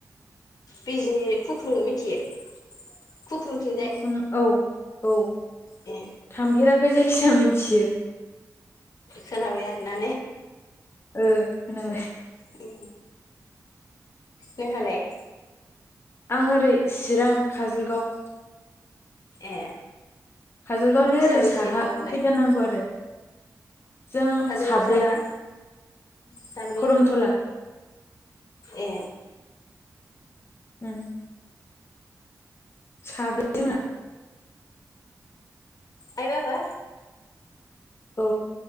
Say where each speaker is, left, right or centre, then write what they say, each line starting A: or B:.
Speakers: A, on the left; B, on the left.
A: बिजनि खुख्रुखौ मिथियो खुख्लुंथिंजाय
B: खुखुं औ औ
A: ए
B: थामफेराखै जायखिज मोनथियो
A: खोनाबाय आरोना
B: ओ खोनाबाय
A: ए नोंहालाय
B: आं ओरै चिरां काजलगाव
A: ए
B: काजलगावनि ओरै
A: साबेसे
B: साहा
A: न'आवलाय
B: फैथारनांगौ आरो जों
A: खाजोलगावनि
B: साब्रै
A: साहा साब्रै
B: खरमथला
A: ए
B: उम साब्रै जोहा
A: आय-बाबा
B: औ